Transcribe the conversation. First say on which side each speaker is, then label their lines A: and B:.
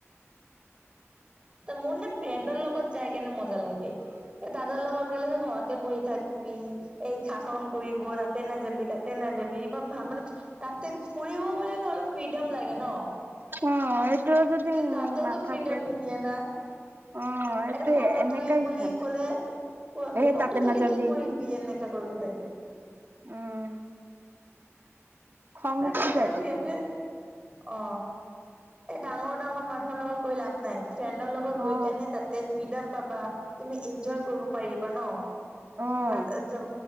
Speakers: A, on the right (about 20°); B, on the right (about 50°).
A: মোৰ নে ফ্ৰেণ্ডৰ লগত যায় কেনে মজা লাগে। দাদাৰ লগত গ সে ঘৰতে বহি থাকিবি এই্ষা খন কৰিব তাতে নাযাবি তাতে নাযাবি। <unintelligible> তাতে ফুৰিব গলে ন অলপ ফ্ৰিডাম লাগে ন
B: অ', এইটো যদি
A: কিন্তু ততেওতো
B: নাথাকে
A: ফ্ৰীডম নিদিয়ে না
B: অ', সেইটোৱে
A: এটা ফটো
B: এনেকাই
A: তুলিম বুলি
B: চালা
A: ক'লে ক
B: এ
A: ফটো
B: তাতে
A: তোুলি
B: নাযাবি
A: কি কৰিবি এনেকা কৰিবি থাকে
B: উম। খং
A: মানে
B: উঠি
A: এটা
B: যায় তেতিয়া
A: ফেমলিৰ অ এই ডাঙৰ ডাঙৰ মানুহৰ লগত গৈ লাভ নাই। ফ্ৰেণ্ডৰ লগত
B: অ',
A: গৈ কেনে তাতে ফ্ৰীডম পাবা, তুমি ইনজয় কৰিব পাৰিবা ন?
B: অ',
A: আ আ্